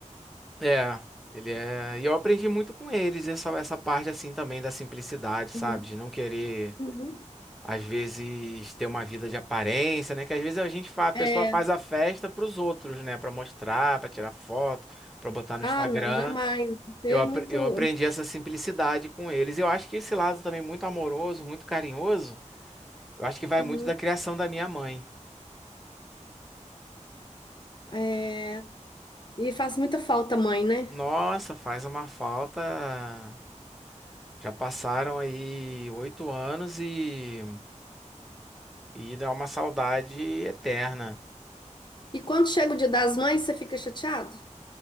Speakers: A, in the centre; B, on the left (about 35°).
A: É, ele é. E eu aprendi muito com eles, essa, essa parte assim também da simplicidade, sabe?
B: Uhum.
A: De não querer.
B: Uhum.
A: Às vezes ter uma vida de aparência, né? Que às vezes a gente fa- a pessoa
B: É.
A: faz a festa para os outros, né? Para mostrar, para tirar foto, para botar no
B: Ah,
A: Instagram.
B: não, jamais. Você
A: Eu,
B: é
A: apre-
B: muito.
A: eu aprendi essa simplicidade com eles. Eu acho que esse lado também muito amoroso, muito carinhoso, eu acho que vai
B: Uhum.
A: muito da criação da minha mãe.
B: É, E faz muita falta, a mãe, né?
A: Nossa, faz uma falta. Já passaram aí oito anos e, e dá uma saudade eterna.
B: E quando chega o dia das mães, você fica chateado?